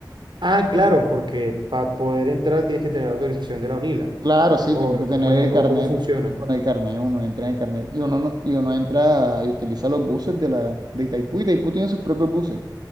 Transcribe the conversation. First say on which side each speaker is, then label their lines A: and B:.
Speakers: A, on the right (about 80°); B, on the right (about 60°).
A: Ah, claro, porque para poder entrar tienes que tener autorización de la UNILA.
B: Claro, sí,
A: O
B: tengo que tener
A: cómo es,
B: el
A: o
B: carnet.
A: cómo funciona.
B: Con el carnet uno entra en el carnet y uno, no- y uno entra y utiliza los buses de, la, de Itaipú. Itaipú tiene sus propios buses